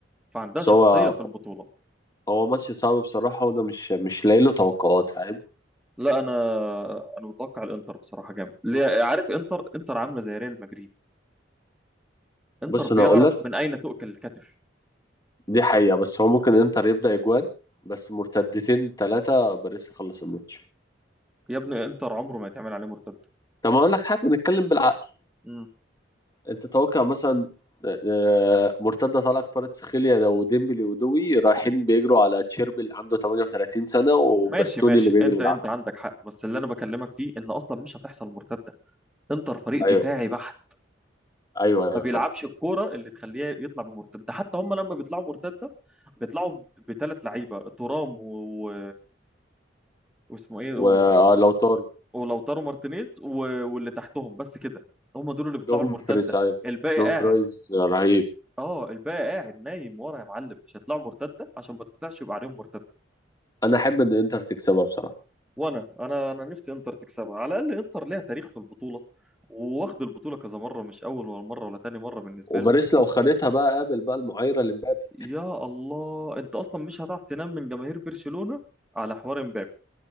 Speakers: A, in the centre; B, on the left.
A: فعندها
B: بس
A: شخصيه
B: هو
A: في البطوله
B: هو ماتش صعب بصراحة وأنا مش مش لاقي له توقعات فاهم
A: لا انا انا متوقع الانتر بصراحه جامد ليه- عارف انتر انتر عامله زي ريال مدريد انتر
B: بص
A: بيعرف
B: أنا هقول لك
A: من اين تؤكل الكتف
B: دي حقيقة بس هو ممكن إنتر يبدأ إجوان بس مرتدتين ثلاثة باريس يخلص الماتش
A: يا ابني انتر عمره ما يتعمل عليه مرتده
B: طب أقول لك حاجة نتكلم بالعقل
A: مم.
B: أنت توقع مثلا آه، آه، مرتدة طالعة كفاراتسخيليا ده وديمبلي ودوي رايحين بيجروا على تشيربي اللي عنده 38 سنة وباستوني
A: ماشي ماشي
B: اللي بيجري
A: انت
B: بالعافية
A: انت عندك حق بس اللي انا بكلمك فيه ان اصلا مش هتحصل مرتده انتر فريق
B: ايوه
A: دفاعي بحت
B: ايوه ايوه
A: ما بيلعبش
B: فاهم
A: الكوره اللي تخليه يطلع بمرتده ده حتى هم لما بيطلعوا مرتده بيطلعوا بثلاث لعيبه ترام و... و... واسمه ايه و...
B: ولو طاروا
A: ولوتارو مارتينيز و... واللي تحتهم بس كده هم دول اللي بيطلعوا
B: دوم
A: المرتده
B: فريز ايوه
A: الباقي
B: دوم
A: قاعد
B: فرايز رهيب
A: اه الباقي قاعد نايم ورا يا معلم مش هيطلعوا مرتده عشان ما تطلعش يبقى عليهم مرتده
B: انا احب ان انتر تكسبها بصراحه
A: وانا انا انا نفسي انتر تكسبها على الاقل انتر ليها تاريخ في البطوله وواخد البطوله كذا مره مش اول ولا مره ولا تاني مره بالنسبه
B: وباريس
A: له
B: لو خدتها بقى قابل بقى المعايره لمبابي
A: يا الله انت اصلا مش هتعرف تنام من جماهير برشلونة على حوار امبابي